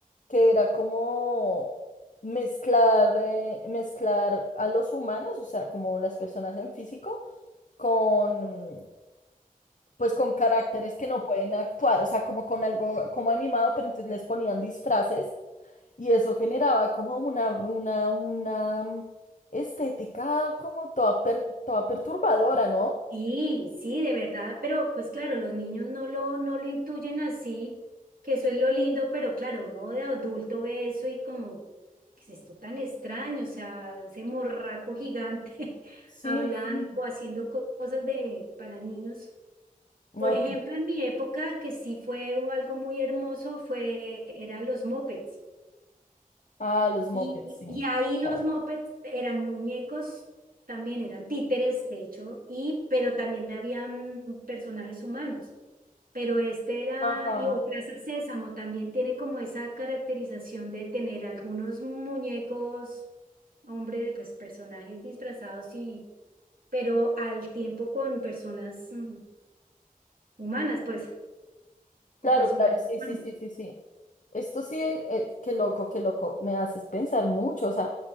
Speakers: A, on the left (about 60°); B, on the right (about 70°).
A: que era como... Mezclar, eh, mezclar a los humanos, o sea, como las personas en físico, con, pues con caracteres que no pueden actuar, o sea, como con algo como animado, pero entonces les ponían disfraces y eso generaba como una, una, una mm, estética como toda, per- toda perturbadora, ¿no?
B: Sí, sí, de verdad, pero pues claro, los niños no lo, no lo intuyen así, que eso es lo lindo, pero claro, uno de adulto ve eso y como, ¿qué es esto tan extraño? O sea, ese morraco gigante <laughs>
A: Sí,
B: hablando
A: sí.
B: o haciendo co- cosas de, para niños.
A: No
B: Por ejemplo,
A: tiene...
B: en mi época, que sí fue algo muy hermoso, fue, eran los mopeds.
A: Ah, los mopeds,
B: Y,
A: sí,
B: y ahí los
A: claro.
B: mopeds eran muñecos, también eran títeres, de hecho, y, pero también habían personajes humanos. Pero este era,
A: Ajá.
B: y, o Plaza Sésamo también tiene como esa caracterización de tener algunos muñecos, hombre, pues personajes disfrazados y, pero al tiempo con personas mm, humanas, pues, con
A: Claro,
B: personajes
A: claro, sí,
B: humanos.
A: sí, sí, sí, sí. Esto sí, eh, eh, qué loco, qué loco, me haces pensar mucho, o sea,